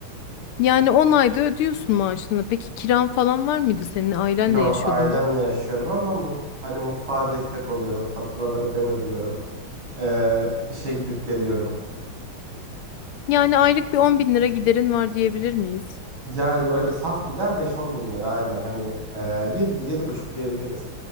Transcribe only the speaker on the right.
Yok
ailemle
yaşıyorum ama mu- hani mutfağa destek oluyorum. Faturaları ben ödüyorum. E, işe gidip geliyorum.
Yani öyle saf gider 5-10 bin lira aynen. Hani e, 7, buçuk diyebiliriz.